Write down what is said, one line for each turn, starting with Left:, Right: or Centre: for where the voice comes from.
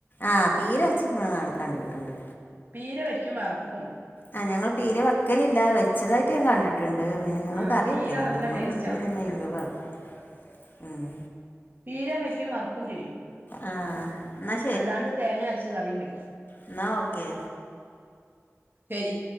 Left: ആ പീര വച്ചിക്കണാത കണ്ട കിട്ട്ണ്ട്
Right: പീര വയ്ക്കും വറക്കും
Left: ആ ഞങ്ങൾ പീര വക്കലില്ല വെച്ചതായിട്ട് ഞാൻ കണ്ടിട്ടുണ്ട് പിന്നെ ഞങ്ങള്
Right: ആഹ്
Left: കറി
Right: പീര
Left: വെക്കലില്ല
Right: നല്ല
Left: ഞങ്ങൾ
Right: ടേസ്റ്റാ
Left: ഒരുവിധം നെയ് മീൻ വർക്കും ഉം
Right: പീരേം വെക്കും വറുക്കും ചെയ്യും
Left: ആ എന്നാൽ
Right: അല്ലാണ്ട് തേങ്ങ അരച്ച് കറിയും വെയ്ക്കും
Left: ഇന്നാ ഓക്കെ
Right: ശരി